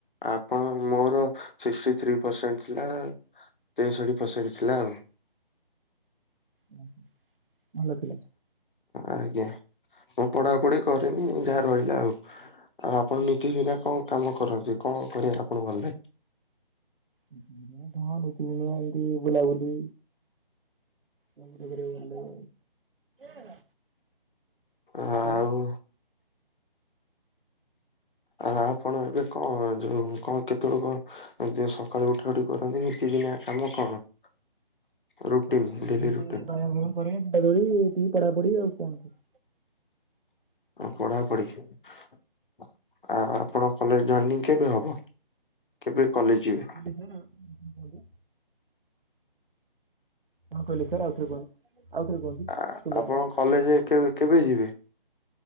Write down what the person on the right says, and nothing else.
ଉଁ ହୁଁ ଭଲ ଅଛି।
ନିତିଦିନିଆ ହଁ ନିତିଦିନିଆ ଏମତି ବୁଲାବୁଲି। ମାଣ୍ଡୁ କରିବାକୁ ଭଲ ଲାଗେ।
ଆପଣ
ସକାଳୁ
ଉଠି
ବାୟାମ୍ ଫାୟାମ୍ କରେ ଦୈଡା ଦୈଡି ପଢାପଢି ଆଉ କଣ।
ହୁଁ ଆଜି ଠାରୁ। କଣ କହିଲେ ସାର୍ ଆଉ ଥରେ କୁହନ୍ତୁ ଆଉ ଥରେ କୁହନ୍ତୁ।
ଶୁଭା
ଗଲାନି